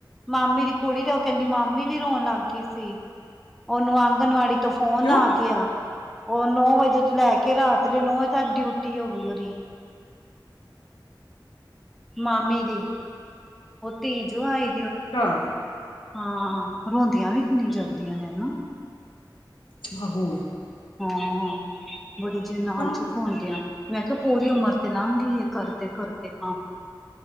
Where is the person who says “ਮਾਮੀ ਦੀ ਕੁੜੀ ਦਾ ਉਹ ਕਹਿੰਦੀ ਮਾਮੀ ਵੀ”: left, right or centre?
Centre